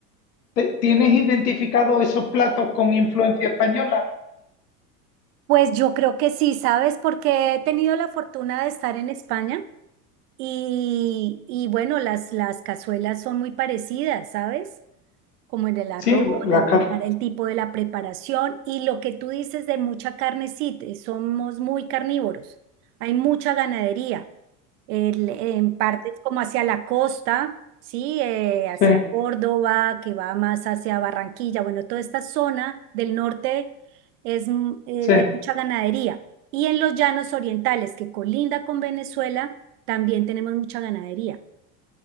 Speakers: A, on the left (about 80°); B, on the right (about 75°).
A: ¿Te- ¿Tienes identificado esos platos con influencia española?
B: Pues yo creo que sí, ¿sabes? Porque he tenido la fortuna de estar en España. Y, y bueno, las, las cazuelas son muy parecidas, ¿sabes? como en el arroz,
A: Sí, la
B: la
A: carta.
B: prepara, el tipo de la preparación y lo que tú dices de mucha carne, sí, te- somos muy carnívoros. Hay mucha ganadería, el- en partes como hacia la costa, sí, eh, hacia
A: Sí,
B: Córdoba, que va más hacia Barranquilla, bueno, toda esta zona del norte es, m- es
A: sí,
B: de mucha ganadería. Y en los llanos orientales, que colinda con Venezuela, también tenemos mucha ganadería.